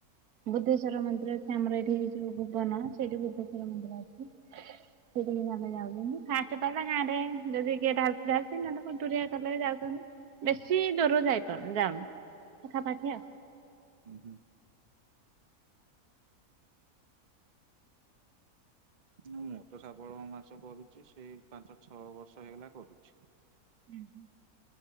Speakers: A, on the right; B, on the right.
A: ବୁଦ୍ଧେଶ୍ୱର ମନ୍ଦିର ଅଛି ଆମର ଏଠି ଯୋଉ ଭୁବନ, ସେଇଠି ବୁଦ୍ଧେଶ୍ୱର ମନ୍ଦିର ଅଛି। ସେଇଠିକି ନହେଲେ ଯାଉଛନ୍ତି। ଫାଷ୍ଟ ପାଳି ଟା ଗାଁରେ ଯଦି କିଏ ଢ଼ାଳୁଚି ଢାଳୁଚି ନହେଲେ କୁନ୍ତୁରିଆ କଲେ ଯାଉଚନ୍ତି। ବେଶୀ ଦୂରରୁ ଯାଇପାରୁନୁ ଯାଉନୁ ପାଖାପାଖି ଆଉ।
B: ଉଁ ହୁଁ। ମୁଁ ତ ଶ୍ରାବଣ ମାସ କରୁଚି ସେଇ ପାଞ୍ଚ ଛଅ ବର୍ଷ ହେଇଗଲା କରୁଛି।
A: ହୁଁ ହୁଁ।